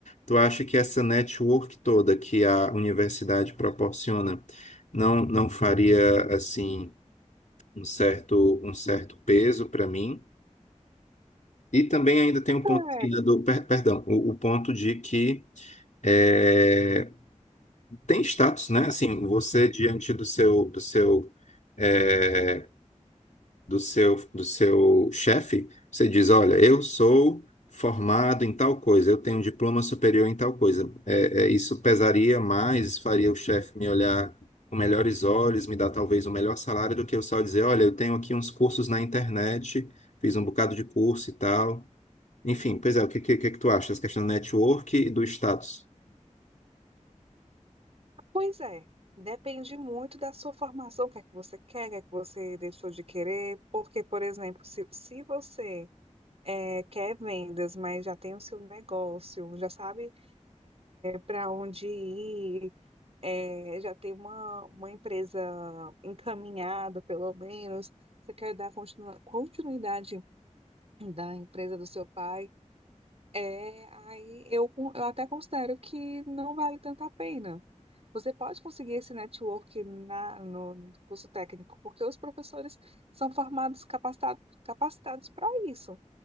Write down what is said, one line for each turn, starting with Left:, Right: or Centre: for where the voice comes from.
Left: Tu acha que essa network toda que a universidade proporciona não, não faria assim um certo, um certo peso para mim? E também ainda tem o ponto
Right: É.
Left: ainda do, per- perdão, o o ponto de que eh, tem status, né? Assim, você diante do seu do seu eh, do seu do seu chefe, você diz, olha, eu sou formado em tal coisa, eu tenho um diploma superior em tal coisa. É, é, isso pesaria mais, faria o chefe me olhar com melhores olhos, me dar talvez um melhor salário do que eu só dizer, olha, eu tenho aqui uns cursos na internet, fiz um bocado de curso e tal. Enfim, pois é, o que, que, que é que tu acha? Essa questão do network e do status.
Right: Pois é, depende muito da sua formação, o que é que você quer, o que é que você deixou de querer, porque, por exemplo, se, se você eh, quer vendas, mas já tem o seu negócio, já sabe para onde ir, eh, já tem uma, uma empresa encaminhada, pelo menos, você quer dar continua- continuidade da empresa do seu pai, é, aí eu, con- eu até considero que não vale tanto a pena. Você pode conseguir esse network na, no, no curso técnico, porque os professores são formados, capacitados, capacitados para isso.